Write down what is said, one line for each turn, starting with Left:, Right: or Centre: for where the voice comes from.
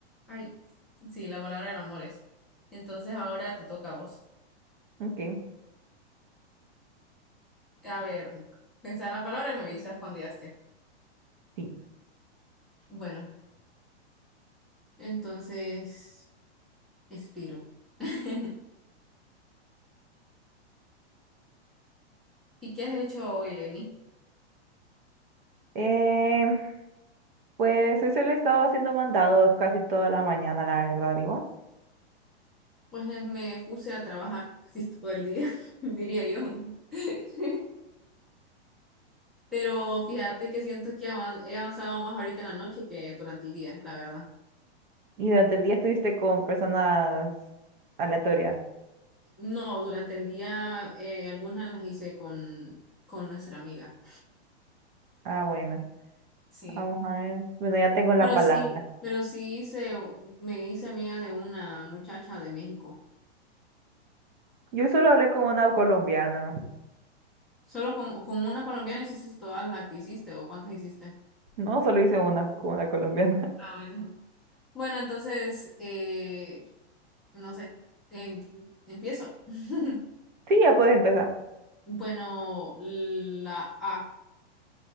Centre: Ay, sí, la palabra en amores. Entonces ahora te toca a vos.
Right: Ok,
Centre: A ver, pensá en la palabra y me avisas cuando ya esté.
Right: sí.
Centre: Bueno, entonces, expiro. <laughs> ¿Y qué has hecho hoy, Lenny?
Right: Eh, pues hoy solo he estado haciendo mandados casi toda la mañana, la verdad, digo.
Centre: Pues me puse a trabajar casi todo el día, <laughs> diría yo. <laughs> Pero fíjate que siento que avan- he avanzado más ahorita en la noche que durante el día, la verdad.
Right: Y durante el día estuviste con personas aleatorias.
Centre: No, durante el día eh, algunas las hice con, con nuestra amiga.
Right: Ah, bueno.
Centre: Sí.
Right: Vamos a ver. Bueno, ya tengo la
Centre: Pero
Right: palabra.
Centre: sí, pero sí hice, me hice amiga de una muchacha de México.
Right: Yo solo hablé con una colombiana.
Centre: Solo con, con una colombiana hiciste todas las que hiciste o cuántas hiciste.
Right: No, solo hice una con una colombiana.
Centre: Ah, bueno. Bueno, entonces, eh, no sé, em- empiezo. <laughs>
Right: Sí, ya puedes empezar.
Centre: Bueno, la A,